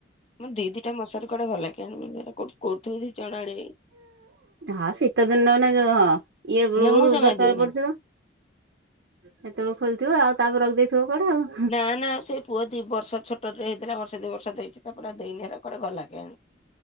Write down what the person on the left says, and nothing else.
ମୋର ଦି ଦିଟା ମଶାରୀ କୁଆଡ଼େ ଗଲା କେଜାଣି କୋଉଠି ଥୋଇ ଦେଇଛି ଚଣା ଆଡେ
ନା ମୁଁ ଜମା
ଦିଏନି।
ନା ନା ସେଇ ପୁଅ ଦି ବର୍ଷ ଛୋଟରେ ହେଇଥିଲା ବର୍ଷ ଦି ବର୍ଷ ଦେଇଛି ତା ପୁରା ଦେଇନି ହେରା କୁଆଡ଼େ ଗଲା କେଜାଣି।